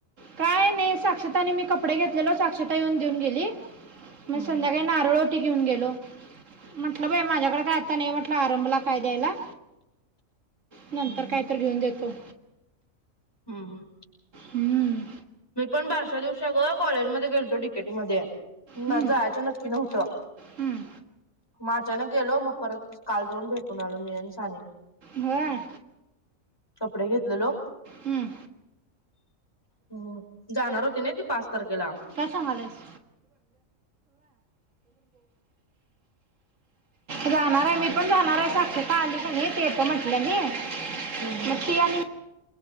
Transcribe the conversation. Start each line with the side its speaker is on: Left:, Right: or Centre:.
Right: काय नाही साक्षताने मी कपडे घेतलेलो साक्षता येऊन देऊन गेली- मगं
Left: हम्म
Right: संध्याकाळी
Left: हम्म
Right: नारळ घेऊन गेलो म्हटलं बाया माझ्याकडे काय आत्ता नाही म्हटलं आरंभला काय द्यायला नंतर
Left: हम्म
Right: काय तर घेऊन देतो
Left: हम्म.
Right: हम्म.
Left: मी पण बारशा दिवसा अगं कॉलेजमध्ये तो डीकेटीमध्ये माझा
Right: हं,
Left: जायचं नक्की नव्हतं
Right: हं.
Left: अचानक गेलो मगं परत काल जाऊन भेटून आलो मी आणि सानी
Right: होय!
Left: कपडे घेतलेलो,
Right: हम्म.
Left: हो. जाणार होती ना ती पाच तारखेला.
Right: काय सांगायलास? जाणार आहे मी पण जाणार आहे साक्षता आली कनी ती पण येतो म्हटल्या नाही मगं
Left: हम्म हम्म
Right: ती आणि मी